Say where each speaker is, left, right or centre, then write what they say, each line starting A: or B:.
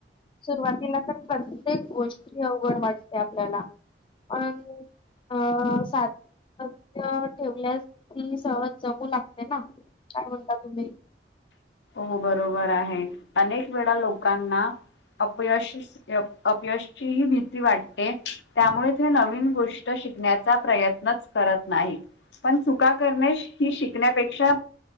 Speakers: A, on the left; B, on the left.
A: सुरुवातीला तर प्रत्येक गोष्टी अवघड वाटते आपल्याला आणि अ सातत्य ठेवल्या ती सहज जमू लागते ना काय म्हणता तुम्ही
B: हो बरोबर आहे अनेक वेळा लोकांना अपयश अपयशची ह भीती वाटते त्यामुळे ते नवीन गोष्ट शिकण्याचा प्रयत्नच करत नाहीत पण चुका करणे ही शिकण्यापेक्षा